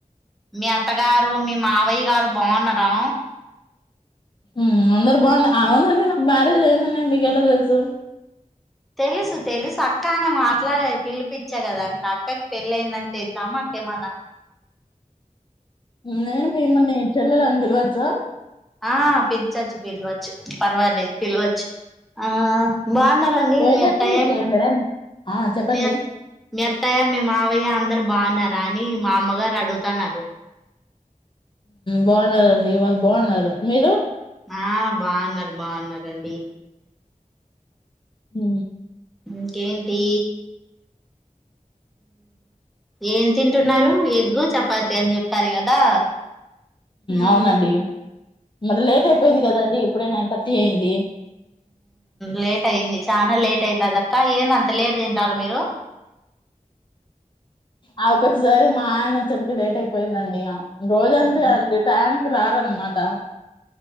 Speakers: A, in the centre; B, on the left.
A: మీ అత్తగారు మీ మావయ్ గారు బాగున్నారా
B: ఊమ్ అందరు బాగుం అవునండి నాకు మ్యారేజ్ అయిందం మీకెలా తెలుసు
A: తెలుసు తెలుసు అక్క అన మాట్లాడేది పిలిపిచ్చా గదా ఇంకా అక్కకి పెళ్ళయిందని తెలిదా అమాకేమన్నా
B: నేను మిమ్మల్ని చెల్లాల అని పిలవచ్చా
A: ఆ పిలిచచ్చు పిలవచ్చు పర్వాలేదు పిలవచ్చు ఆ బాగున్నండి
B: ఏంటండి
A: మీ అత్తయ్య
B: మీకు మీరేం ఆ చెప్పండి
A: మీత్త మీ అత్తయ్య మీ మావయ్య అందరు బాగున్నారా అని మా అమ్మగారు అడుగుతున్నారు
B: బాగున్నండి వాళ్ళు బాగున్నారు మీరు
A: ఆ బాగున్నారు బాగున్నండి
B: హ
A: ఇంకేంటి ఏం తింటున్నారు ఎగ్ చపాథీ అని సర కదా మ్మ్
B: అవునండి మరి లేట్ అయిపోయింది కదండి ఇప్పుడేనా ఇంత అ ఏంటిడి
A: లేట్ అయింది చనా లేట్ అయిత అదక్క ఏన్ అంత లేట్ తింటారు మీరు
B: ఆ ఒక్కొక్కసారి మా ఆయన వచ్చప్పకి లేట్ అయిపోయిందండి రోజంత
A: మ్మ్
B: అడి టం ఆరంగమాటా